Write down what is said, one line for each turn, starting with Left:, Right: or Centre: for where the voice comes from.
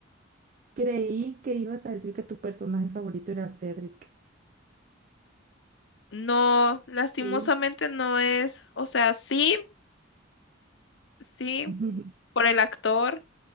Right: Creí que ibas a decir que tu personaje favorito era Cedric.
Left: No, lastimosamente
Right: Sí.
Left: no es. O sea, sí, sí,
Right: <laughs>
Left: por el actor,